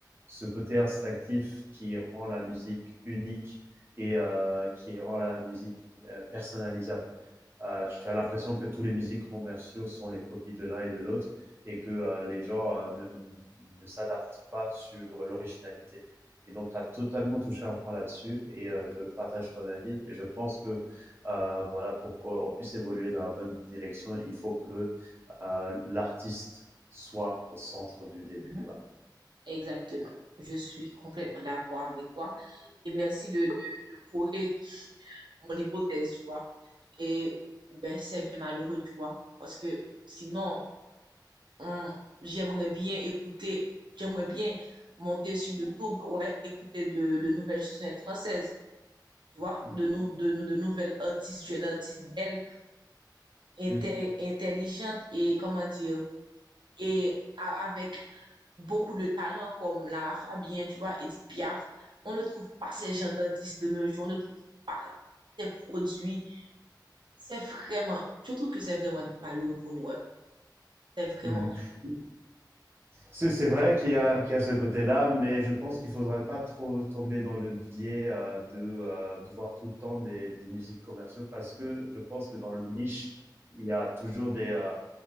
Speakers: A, on the right; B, on the right.
A: ce côté instinctif qui rend la musique unique et heu, qui rend la musique, heu, personnalisable. Euh, tu as l'impression que tous les musiques commerciaux sont les copies de l'un et de l'autre et que euh, les gens euh, ne, ne s'adaptent pas sur l'originalité. Et donc, tu as totalement touché un point là-dessus et euh, je partage ton avis. Et je pense que, euh, voilà, pour qu'on puisse évoluer dans la bonne direction, il faut que euh, l'artiste soit au centre du débat.
B: Mhm. Exactement. Je suis complètement d'accord avec toi. Et merci de, de, de corriger mon hypothèse, tu vois. Et ben, c'est bien malheureux, tu vois. Parce que sinon, on- j'aimerais bien écouter, j'aimerais bien monter sur YouTube, ouais, écouter de, de nouvelles chansonnettes françaises, tu vois,
A: Mm
B: de, nou, de, nou- de nouvelles artistes, jeunes artistes belles, intel-
A: -hmm.
B: intelligentes et, comment dire, et a- avec beaucoup de talents comme Lara Fabian, tu vois, Edith Piaf. On ne trouve pas ces gens d'artistes de nos jours, on ne trouve pas ces produits. C'est vraiment, je trouve que c'est vraiment malheureux pour nous. ouais. C'est vraiment,
A: Mm -hmm. C'est c'est vrai qu'il y, a- qu'il y a ce côté-là, mais je pense qu'il ne faudrait pas trop tomber dans le biais euh, de, euh, de voir tout le temps des, des musiques commerciaux parce que je pense que dans le niche, il y a toujours des, euh,